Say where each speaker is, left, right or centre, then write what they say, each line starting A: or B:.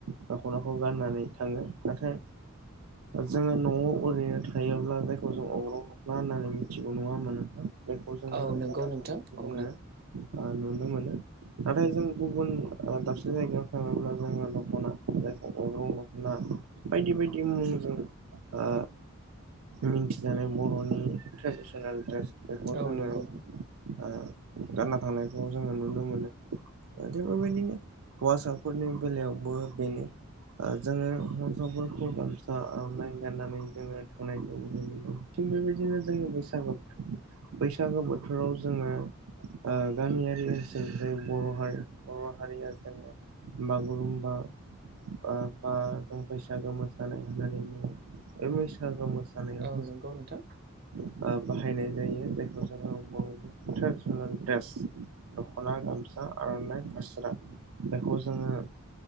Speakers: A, on the right; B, on the right.
A: दख'नाखौ गाननानै थांङो नाथाय जोंङो न'आव ओरैनो थायोब्ला जायखौ जों अग्रं दख'ना होननानै मिथिगौ नङा होमबा नोंथां? बेखौ जोंङो
B: औ नंगौ
A: गानना
B: नोंथां
A: थानायखौ
B: औ
A: जोंङो ओ नुनो मोनो। नाथाय जों गुबुन ओ दाबसे जायगायाव थांङोब्ला जोंङो दख'ना जायखौ अं दख'ना बायदि बायदि मुंजों ओ मिन्थिजानाय बर'नि ट्रेदिसनेल द्रेस बेखौ
B: औ
A: जोंङो
B: नंगौ
A: ओ गानना थांनायखौ जोंङो नुनो मोनो थिग बेबायदिनो हौवासाफोरनि बेलायावबो बेनो जोंङो हौवासाफोरखौ गामसा गाननानै जोङो थांनायखौ नुनो मोनदों थिग बेबायदिनो जोङो बैसागु बोथोर बैसागो बोथोराव जोंङो ओ गामियारि ओनसोल जेरै बर' हारि बर' हारिया जोंङो बागुरुमबा ओ बा जों बैसागो मोसानाय होननानै बुंङो। बे बैसागो मोसानायाव
B: औ नंगौ नोंथां
A: ओ बाहायनाय जायो जायखौ जोंङो बर'नि ट्रेडिसनेल दड्रेस दख'ना गामसा आर'नाइ फास्रा बेखौ जोंङो